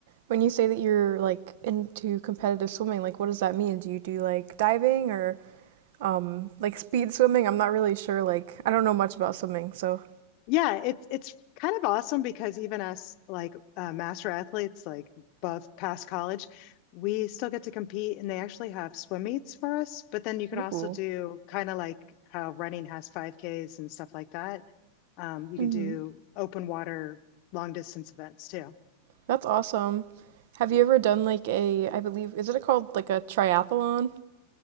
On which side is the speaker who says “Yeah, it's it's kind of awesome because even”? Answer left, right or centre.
Left